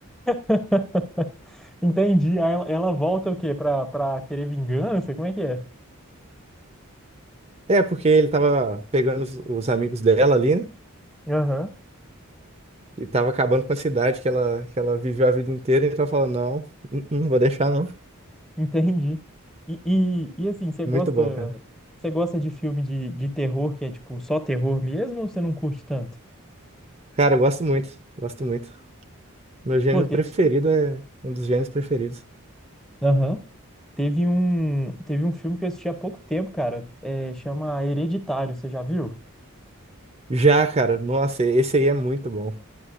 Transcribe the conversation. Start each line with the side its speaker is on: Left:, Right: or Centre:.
Centre: <laughs> Entendi. Aí ela, ela volta o quê? Pra, pra querer vingança? Como é que é?
Right: É, porque ele tava pegando os, os amigos dela ali, né?
Centre: Aham,
Right: E tava acabando com a cidade que ela, que ela viveu a vida inteira. E tava falando, não, não, não vou deixar, não.
Centre: entendi. E, e, e, assim, você
Right: Muito
Centre: gosta,
Right: bom, cara.
Centre: você gosta de filme de, de terror que é, tipo, só terror mesmo ou você não curte tanto?
Right: Cara, eu gosto muito. Gosto muito. Meu gênero
Centre: Pô, teve,
Right: preferido é um dos gêneros preferidos.
Centre: aham. Teve um, teve um filme que eu assisti há pouco tempo, cara. É, chama Hereditário, você já viu?
Right: Já, cara, nossa, esse aí é muito bom.